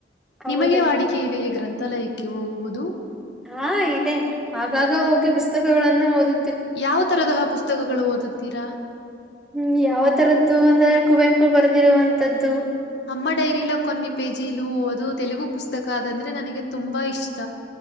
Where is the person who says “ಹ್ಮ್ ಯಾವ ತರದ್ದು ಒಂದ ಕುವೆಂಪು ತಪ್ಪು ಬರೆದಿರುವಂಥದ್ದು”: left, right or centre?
Centre